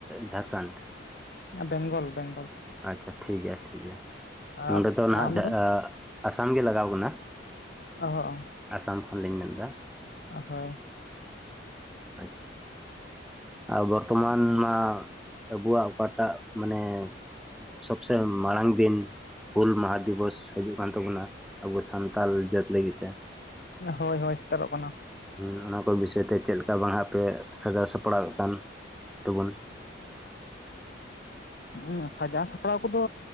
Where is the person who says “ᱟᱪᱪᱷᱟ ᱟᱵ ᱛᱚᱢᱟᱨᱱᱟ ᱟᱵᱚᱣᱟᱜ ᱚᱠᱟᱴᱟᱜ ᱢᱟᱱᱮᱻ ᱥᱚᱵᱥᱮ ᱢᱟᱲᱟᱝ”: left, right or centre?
Centre